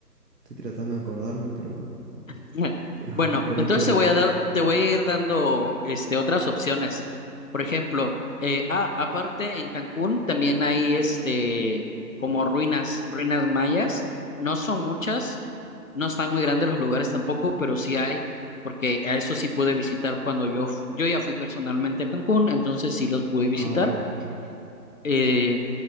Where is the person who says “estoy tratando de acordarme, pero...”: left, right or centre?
Right